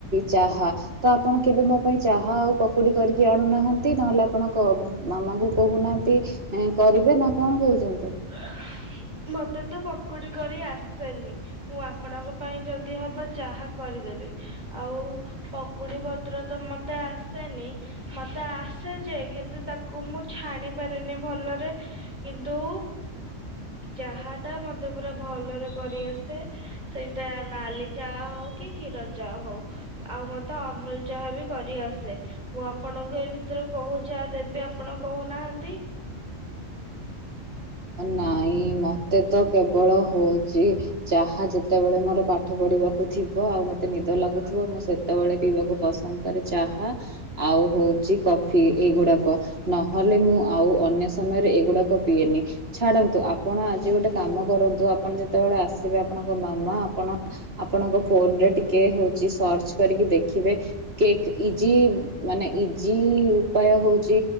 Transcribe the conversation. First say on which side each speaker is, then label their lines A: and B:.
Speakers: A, on the right; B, on the right.
A: ଚାହା ତ ଆପଣ କେବେ ମୋ ପାଇଁ ଚାହା ଆଉ ପକୁଡି କରିକି ଆଣୁନାହାନ୍ତି ନହେଲେ ଆପଣଙ୍କ ମାମା କୁ କହୁନାହାନ୍ତି କରିବେ ନା କଣ କହୁଛନ୍ତି?
B: <unintelligible> ମତେ ତ ପକୁଡି କରି ଆସେନି ମୁଁ ଆପଣଙ୍କ ପାଇଁ ଯଦି ହବ ଚାହା କରିଦେବି ଆଉ ପକୁଡି ପତ୍ର ତ ମ ମତେ ଆସେନି ମତେ ଆସେ ଯେ କିନ୍ତୁ ତା କୁ ମୁଁ ଛାଣି ପାରେନି ଭଲରେ କିନ୍ତୁ। ଚାହା ଟା ମତେ ପୁରା ଭଲରେ କରିଆସେ ସେଇଟା ନାଲି ଚା ହଉ କି କ୍ଷୀର ଚା ହଉ ଆଉ ମତେ ଅମୁଲ ଚାହା ବି କରି ଆସେ ମୁଁ ଆପଣଙ୍କୁ ଏଇ ଭିତରୁ କଉ ଚାହା ଦେବି ଆପଣ କହୁନାହାନ୍ତି।
A: ନାହିଁ ମତେ ତ କେବଳ ହେଉଛି। ଚାହା ଯେତେବେଳେ ମୋର ପାଠ ପଢିବାକୁ ଥିବ ଆଉ ମତେ ନିଦ ଲାଗୁଥିବ ମୁଁ ସେତେବେଳେ ପିଇବାକୁ ପସନ୍ଦ କ ଚାହା ଆଉ ହଉଛି କଫି ଏଇ ଗୁଡାକ ନହେଲେ ମୁଁ ଆଉ ଅନ୍ୟ ସମୟରେ ଏଇଗୁଡାକ ପିଏନି। ଛାଡ଼ନ୍ତୁ ଆପଣ ଆଜି ଗୋଟେ କାମ କରନ୍ତୁ ଆପଣ ଯେତେବେଳେ ଆସ ତେବେ ଆପଣଙ୍କ ମାମା ଆପଣ ଆପଣଙ୍କ ଫୋନରେ ଟିକେ ହଉଛି ସର୍ଚ କରିକି ଦେଖିବେ କେକ୍ ଇଜି ମାନେ ଇଜି ଉପାୟ ହଉଛି